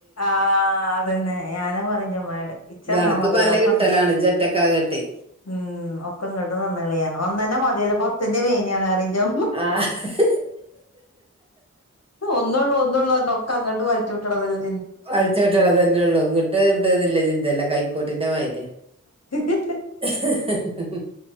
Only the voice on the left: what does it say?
ആഹ് അതന്നെ ഞാന പറഞ്ഞ് മ്മായോട് ഇച്ചന്നാ
മതിനുലൊക്കെ
ഉം ഒക്കെ ഇങ്ങോട്ട് തന്നളിയാന ഒന്നന്നെ മതില്ല പത്തിന്റെ മേനിയാണറി ജ്ജും
ഒന്നുള്ളൂ ഒന്നള്ളൂ പറഞ്ഞ് ഒക്കെ അങ്ങട്ട് വലിച്ചു വിട്ടണല്ലേ
<inaudible>